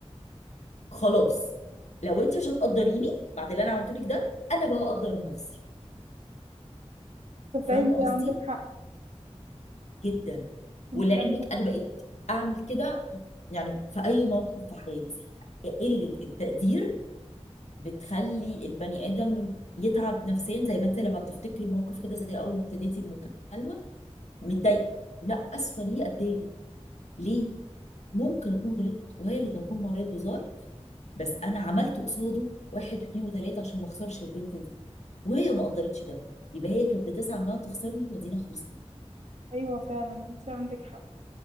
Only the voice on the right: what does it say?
تصدقي
انتي
عندك حق
انتي
عندك
ايوه فعلا انتي عندك حق